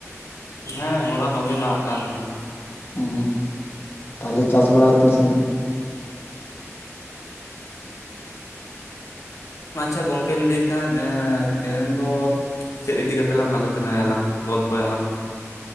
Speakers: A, on the left; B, on the left.
A: ᱦᱮᱸ ᱦᱚᱞᱟ ᱫᱚᱢᱮ ᱫᱟᱜ <unintelligible>
B: ᱦᱩᱸ, ᱛᱟᱦᱞᱮ ᱪᱟᱥ ᱵᱟᱲᱟ ᱠᱚ ᱛᱤᱱ ᱥᱟᱹᱜᱤᱧ
A: ᱟᱪᱪᱷᱟ ᱜᱚᱝᱠᱮᱧ ᱞᱟᱹᱭᱮᱫ ᱛᱟᱦᱮᱸᱫ ᱮᱸ ᱛᱮᱦᱮᱧ ᱫᱚ ᱪᱮᱫ ᱤᱫᱤ ᱠᱟᱛᱮᱜ ᱞᱟᱝ ᱟᱞᱳᱪᱚᱱᱟᱭᱟᱞᱟᱝ ᱜᱚᱞᱯᱚᱭᱟᱞᱟᱝ